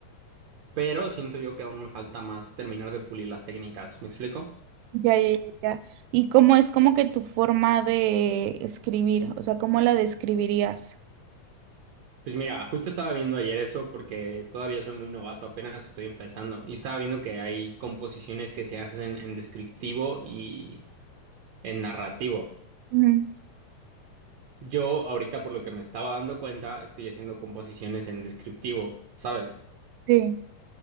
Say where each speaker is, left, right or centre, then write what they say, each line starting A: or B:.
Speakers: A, on the right; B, on the right.
A: pero siento yo que aún me falta más terminar de pulir las técnicas. ¿Me explico?
B: Ya, ya, ya. ya. ¿Y cómo es como que tu forma de escribir? O sea, ¿cómo la describirías?
A: Pues mira, justo estaba viendo ayer eso porque todavía soy muy novato, apenas estoy empezando. Y estaba viendo que hay composiciones que se hacen en descriptivo y en narrativo.
B: Ujú,
A: Yo ahorita, por lo que me estaba dando cuenta, estoy haciendo composiciones en descriptivo, ¿sabes?
B: Sí.